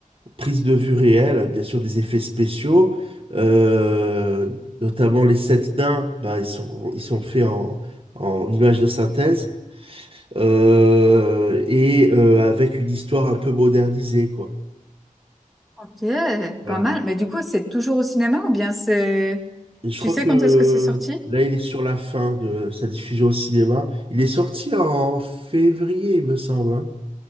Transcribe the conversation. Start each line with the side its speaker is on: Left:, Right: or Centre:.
Right: prise de vue réelle, bien sûr des effets spéciaux, euh, notamment les sept nains. Bah, ils sont ils sont faits en en images de synthèse euh, et euh, avec une histoire un peu modernisée, quoi.
Centre: Ok,
Right: Voilà.
Centre: pas mal. Mais du coup, c'est toujours au cinéma ou bien c'est...
Right: Et je
Centre: Tu
Right: crois
Centre: sais
Right: que
Centre: quand
Right: euh,
Centre: est-ce que c'est sorti?
Right: là, il est sur la fin de sa diffusion au cinéma. Il est sorti en février, il me semble. hein.